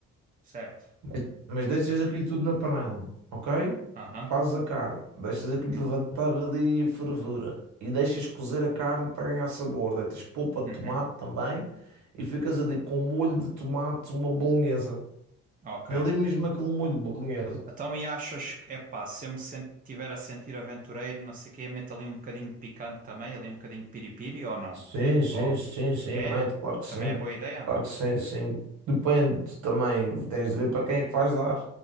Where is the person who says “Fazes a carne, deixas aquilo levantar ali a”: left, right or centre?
Right